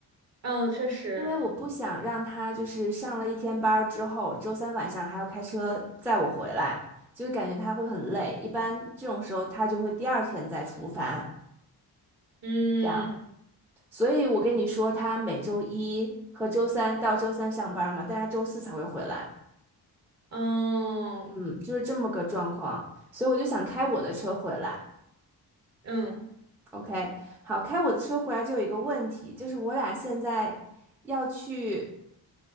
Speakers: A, on the right; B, in the centre.
A: 嗯，确实
B: 因为我不想让他就是上了一天班儿之后，周三晚上还要开车载我回来，就是感觉他会很累。一般这种时候他就会第二天再出发，
A: 嗯
B: 这样。所以我跟你说，他每周一和周三到周三上班嘛，但他周四才会回来，
A: 嗯
B: 嗯，就是这么个状况。所以我就想开我的车回来。
A: 嗯
B: OK，好，开我的车回来就有一个问题，就是我俩现在要去